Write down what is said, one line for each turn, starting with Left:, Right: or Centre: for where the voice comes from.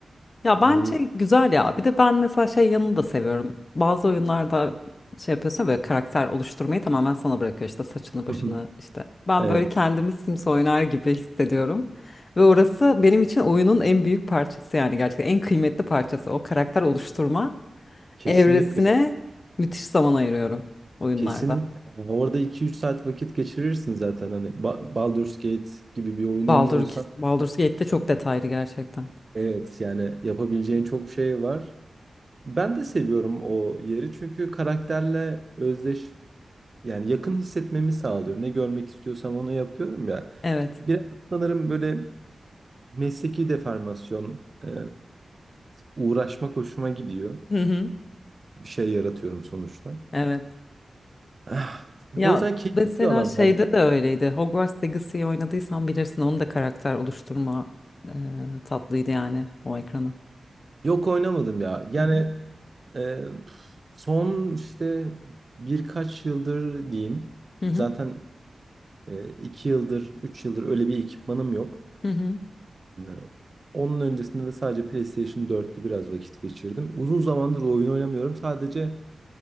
Left: Ya bence
Right: Neyse.
Left: güzel ya. Bir de ben mesela şey yanını da seviyorum. Bazı oyunlarda şey yapıyorsun ya, böyle karakter oluşturmayı tamamen sana bırakıyor işte saçını başını
Right: <laughs>
Left: işte. Ben
Right: Evet.
Left: böyle kendimi Sims oynar gibi hissediyorum. Ve orası benim için oyunun en büyük parçası yani gerçekten en kıymetli parçası. O karakter oluşturma
Right: Kesinlikle.
Left: evresine müthiş zaman ayırıyorum oyunlarda.
Right: Kesinlikle. Yani orada iki üç saat vakit geçirirsin zaten. Hani Ba- Baldur's Gate gibi bir oyun
Left: Baldur,
Right: oynuyorsan
Left: Baldur Gate'de çok detaylı gerçekten.
Right: evet yani yapabileceğin çok şey var. Ben de seviyorum o yeri çünkü karakterle özdeş. Yani yakın hissetmemi sağlıyor. Ne görmek istiyorsam onu yapıyorum ya.
Left: Evet.
Right: Biraz sanırım böyle mesleki deformasyon, e, uğraşmak hoşuma gidiyor.
Left: Hı hı.
Right: Bir şey yaratıyorum sonuçta.
Left: Evet.
Right: Ah,
Left: Ya
Right: O yüzden keyifli
Left: mesela
Right: bir alan.
Left: şeyde
Right: ya bu.
Left: de öyleydi. Hogwarts Legacy'yi oynadıysan bilirsin onun da karakter oluşturma e, tatlıydı yani o ekranı.
Right: Yok oynamadım ya. Yani
Left: Hı hı.
Right: e, son işte birkaç yıldır diyeyim.
Left: Hı hı.
Right: Zaten e, iki yıldır, üç yıldır öyle bir ekipmanım yok.
Left: Hı hı.
Right: Ee, Onun öncesinde de sadece PlayStation 4'te biraz vakit geçirdim. Uzun zamandır oyun oynamıyorum. Sadece